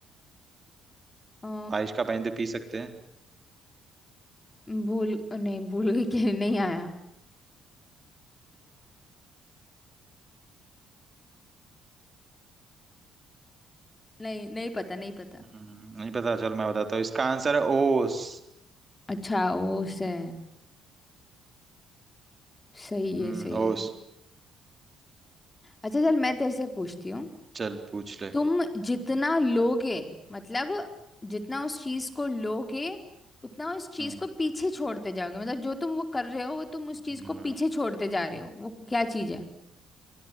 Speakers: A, on the left; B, on the right.
A: अ,
B: बारिश का पानी तो पी सकते हैं
A: भूल नहीं भूल गई कि नहीं आया नहीं नहीं पता नहीं पता
B: हम्म, नहीं पता चलो मैं बताता हूँ इसका आंसर है ओस
A: अच्छा वो से सही
B: हम्म
A: है सही
B: ओ
A: है
B: स-
A: अच्छा चल मैं तेरे से पूछती हूँ
B: चल पूछ ले
A: तुम जितना लोगे मतलब जितना उस चीज को लोगे उतना उस चीज
B: हम्म
A: को पीछे छोड़ते जाओगे मतलब जो तुम वो कर रहे हो वो तुम उस चीज
B: हम्म
A: को पीछे छोड़ते जा रहे हो वो क्या चीज है